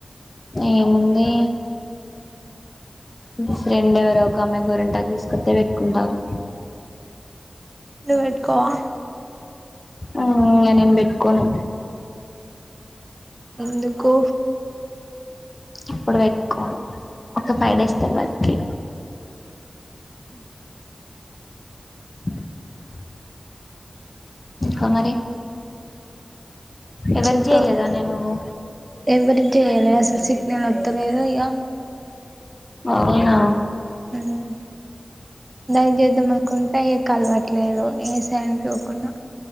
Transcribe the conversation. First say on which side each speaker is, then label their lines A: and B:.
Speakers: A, on the left; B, on the right.
A: ఏముంది మీ ఫ్రెండ్స్ ఎవరో ఒక అమ్మాయి గోరింటాకు తీసుకతె పెట్టుకుంటాల్లు
B: నీవు పెట్కోవా
A: ఉ ఇగ నేను పెట్టుకొను
B: ఎందుకు
A: ఇప్పుడు పెట్టుకోను ఒక ఫైవ్ డేస్ తర్వాతకి
B: <inaudible>
A: <inaudible> ఇంకా మరి ఎవరి
B: చెప్పాలి
A: చేయలేదానే నువ్వు
B: ఎవరికి చేయాలే అసలు సిగ్నల్ వత్తలేదు ఇగ
A: అవునా
B: హు దాని కి చేద్దాం అనుకుంటే ఇగ కలవట్లేదు ఏ కుకున్నా